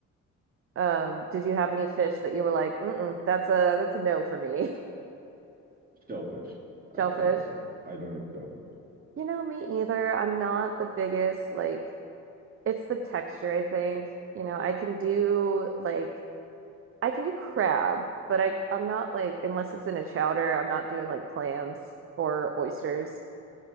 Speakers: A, on the right; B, on the right.
A: Um, did you have any fish that you were like, Mm-mm, that's a that's a no for me.
B: Shellfish.
A: <laughs>
B: I
A: Shellfish?
B: tell people I don't eat shellfish.
A: You know, me either. I'm not the biggest, like, it's the texture, I think. You know, I can do like I can do crab, but I I'm not like unless it's in a chowder, I'm not doing like clams or oysters